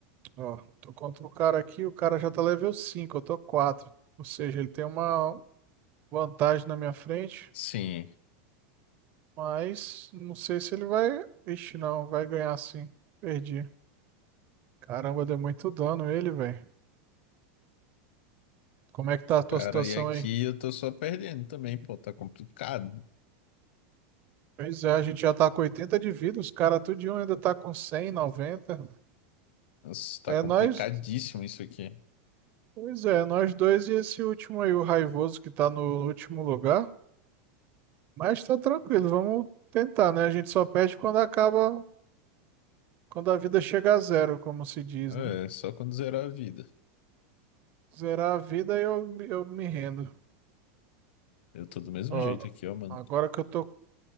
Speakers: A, on the right; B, on the left.
A: Ó, tô contra o cara aqui, o cara já tá level 5 eu tô quatro Ou seja, ele tem uma vantagem na minha frente,
B: Sim.
A: mas não sei se ele vai. Ixi, não, vai ganhar sim. Perdi. Caramba, deu muito dano ele, velho. Como é que tá a tua
B: Cara,
A: situação
B: e aqui
A: aí?
B: eu tô só perdendo também, pô. Tá complicado.
A: Pois é, a gente já tá com 80 de vida, os caras tudinho ainda tá com 100 noventa
B: Nossa, tá
A: É
B: complicadíssimo
A: nós.
B: isso aqui.
A: Pois é, nós dois e esse último aí, o raivoso que tá no último lugar. Mas tá tranquilo, vamos tentar, né? A gente só perde quando acaba Quando a vida chega a zero, como se diz,
B: É,
A: né?
B: só quando zerar a vida.
A: Zerar a vida, eu, eu me rendo.
B: Eu tô do mesmo
A: Ó,
B: jeito aqui, ó, mano.
A: agora que eu tô